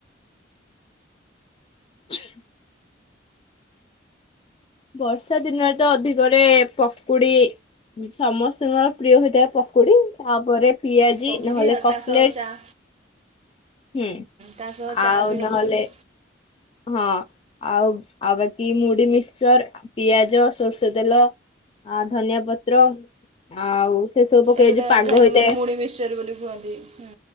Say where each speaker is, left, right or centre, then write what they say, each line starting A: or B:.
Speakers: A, on the left; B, on the right.
A: <unintelligible> ବର୍ଷା ଦିନରେ ତ ଅଧିକରେ ପକୁଡି ସମସ୍ତଙ୍କର ପ୍ରିୟ ହୋଇଥାଏ ପକୁଡି ତାପରେ ପିଆଜି
B: ପକୁଡ଼ି
A: ନହେଲେ
B: ଆଉ
A: କକ୍
B: ତା ସହ
A: ଲେଟ୍।
B: ଚା'
A: ହୁଁ
B: ତା ସହ ଚା'
A: ଆଉ
B: ବି ନେଉଛନ୍ତି
A: ନହଲେ। ହଁ ଆଉ ଆଉ ବାକି ମୁଢ଼ି ମିକ୍ସଚର ପିଆଜ ସୋରିଷ ତେଲ। ଆ ଧନିଆ ପତ୍ର ଆଉ। ସେ ସବୁ ପକେଇ
B: ଏଇଗୁଟା
A: ଯୋଉ ପାଗ
B: ଝାୟା
A: ହେଇଥାଏ
B: ମାନେ ମୁଢ଼ି ମିକ୍ସଚର ବୋଲି କୁହନ୍ତିୁ ହୁଁ